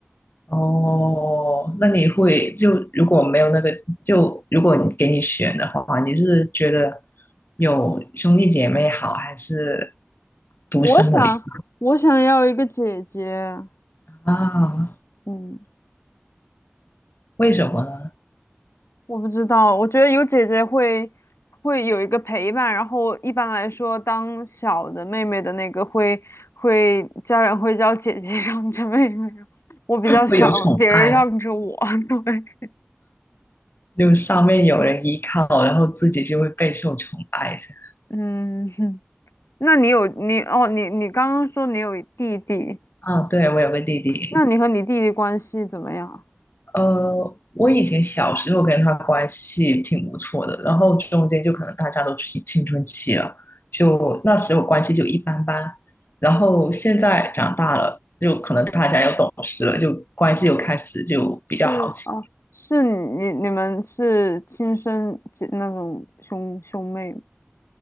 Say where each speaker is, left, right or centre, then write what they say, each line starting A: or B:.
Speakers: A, on the left; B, on the left.
A: 哦，那你会就如果没有那个，就如果你给你选的话，你是觉得有兄弟姐妹好，还是
B: <laughs>
A: 独生的比
B: 我想，我想要一个姐姐，
A: 较啊？
B: 嗯，
A: 为什么呢？
B: 我不知道，我觉得有姐姐会会有一个陪伴，然后一般来说，当小的妹妹的那个会会家人会叫姐姐 <laughs> 让着妹妹，我比较想别人让着我，
A: 会有宠爱，
B: <laughs> 对，
A: 就上面有人依靠，然后自己就会备受宠爱这样。
B: 嗯，哼那你有你哦，你你刚刚说你有弟弟，
A: 啊，对，我有个弟弟。
B: 那你和你弟弟关系怎么样？
A: 呃，我以前小时候跟他关系挺不错的，然后中间就可能大家都青青春期了，就那时候关系就一般般。然后现在长大了，就可能大家又懂事了，就关系又开始就比较好起
B: 哦，是哦，是你你们是亲生姐那种兄兄妹吗？